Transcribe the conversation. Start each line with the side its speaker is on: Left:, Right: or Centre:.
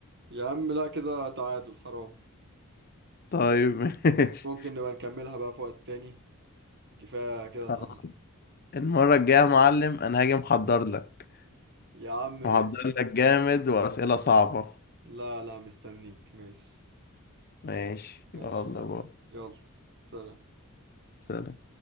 Right: يا عم لا كده تعادل حرام
Left: طيب <laughs> ماشي
Right: ممكن نبقى نكملها بقى في وقت تاني كفاية كده
Left: خلاص
Right: النهاردة
Left: المرة الجاية يا معلم أنا هاجي محضر لك
Right: يا عم
Left: محضر
Right: ماشي
Left: لك جامد وأسئلة صعبة
Right: لا لا مستنيك ماشي
Left: ماشي
Right: ماشي
Left: يلا
Right: يا عم
Left: بقى
Right: يلا سلام
Left: سلام